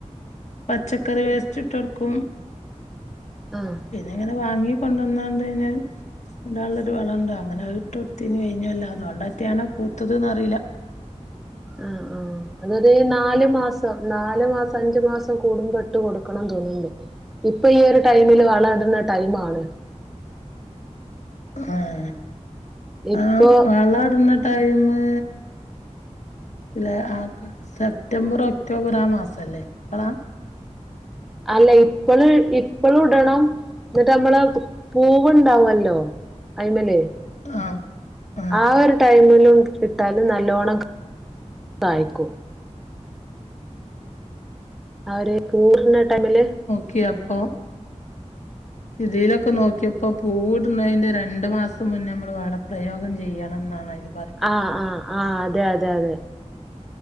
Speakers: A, on the left; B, in the centre.
A: പച്ചക്കറി വേസ്റ്റിട്ടൊടുക്കും
B: ആഹ്
A: പിന്നിങ്ങനെ വാങ്ങി കൊണ്ട്ന്നാണ്ട്ന്നേ ഇടാള്ളൊരു വളോണ്ടോ അങ്ങനെ അയീട്ട്ടൊത്തീന് കഴിഞ്ഞൊല്ലം അതോണ്ട്റ്റാണോ പൂത്തത് ന്നറിയില്ല
B: ആഹ് ആഹ് ഉം അതൊര് നാല് മാസം. നാല് മാസം, അഞ്ചു മാസം കൂടുമ്പോ ഇട്ട് കൊടുക്കണം തോന്ന്ണ്ട് ഇപ്പൊ ഈ ഒരു ടൈമില് വളഇടുന്ന ടൈമാണ്
A: ആഹ്
B: ഇപ്പൊ
A: ആഹ് വളം ഇടണ ടൈമ് പിലേ ആർക്കാ? സെപ്റ്റംബറ് ഒക്ടോബറ് ആ മാസല്ലേ അപ്പളാ
B: അല്ല ഇപ്പള് ഇപ്പളും ഇടണം ന്നിട്ട് അമ്മള് പ് പൂവുണ്ടാവല്ലോ അയ്മേല്
A: ആഹ് ആഹ്
B: ആ ഒരു ടൈമിലു ട്ടാലും നല്ലോണം കായ്ക്കും ആ ഒര് പൂവ്ട്ണ ടൈമില്
A: ക്ക്യോ അപ്പോ ഇതീലൊക്കെ നോക്കിയപ്പോ പൂവ്ട്ണേന്റെ രണ്ട് മാസം മുന്നെ അമ്മള് വളപ്രയോഗം ചെയ്യണംന്നാണയ്ല്
B: ആഹ് ആഹ് ആഹ് അതെ അതെ അതെ